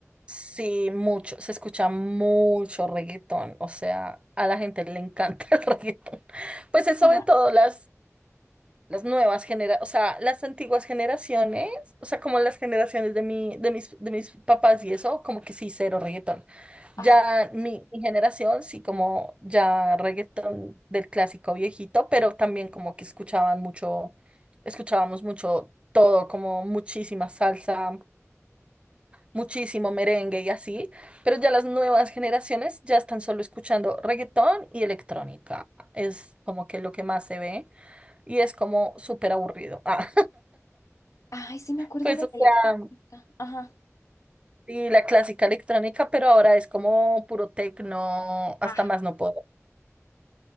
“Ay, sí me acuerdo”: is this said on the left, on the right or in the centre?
Left